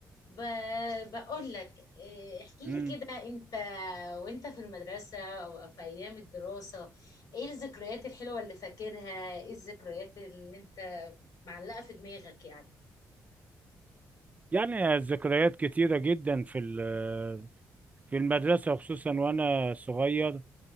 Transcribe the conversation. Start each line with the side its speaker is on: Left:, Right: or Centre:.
Left: ب... بقول لك إيه، احكي
Right: مم.
Left: لي كده انت وانت في المدرسة او في ايام الدراسة ايه الذكريات الحلوة اللي فاكرها ايه الذكريات اللي انت معلقة في دماغك يعني
Right: يعني ذكريات كتيرة جدا في ال- في المدرسة خصوصا وأنا صغير